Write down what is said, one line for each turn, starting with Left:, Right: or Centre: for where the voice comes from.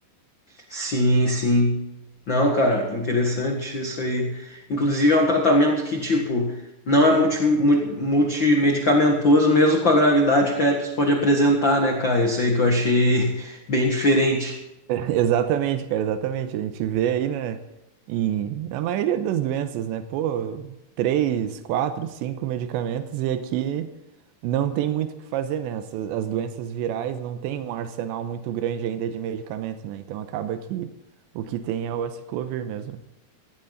Left: Sim, sim. Não, cara, interessante isso aí. Inclusive, é um tratamento que, tipo, não é multi, mu- multimedicamentoso, mesmo com a gravidade que a herpes pode apresentar, né, cara? Isso aí que eu achei <laughs> bem diferente.
Right: <laughs> Exatamente, cara, exatamente. A gente vê aí, né, em, na maioria das doenças, né, pô, três, quatro, cinco medicamentos e aqui não tem muito o que fazer, né? Essas- as doenças virais não tem um arsenal muito grande ainda de medicamento, né? Então acaba que o que tem é o aciclovir mesmo.